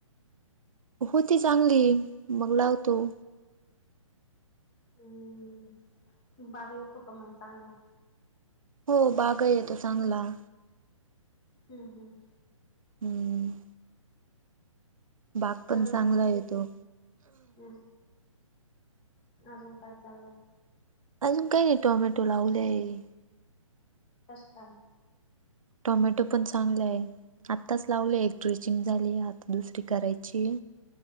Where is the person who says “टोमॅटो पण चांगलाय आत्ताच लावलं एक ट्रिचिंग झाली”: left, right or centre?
Right